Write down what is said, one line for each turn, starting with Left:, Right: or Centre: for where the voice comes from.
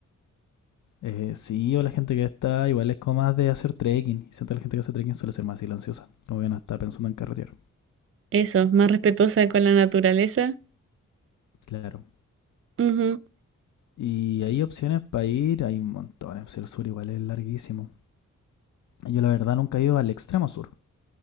Left: Eh, sí, o la gente que está igual es como más de hacer trekking. Y siento que la gente que hace trekking suele ser más silenciosa. Como que no está pensando en carretear.
Right: eso, más respetuosa con la naturaleza.
Left: Claro.
Right: Ujú.
Left: Y hay opciones para ir, hay un montón. El sur igual es larguísimo. Yo la verdad nunca he ido al extremo sur.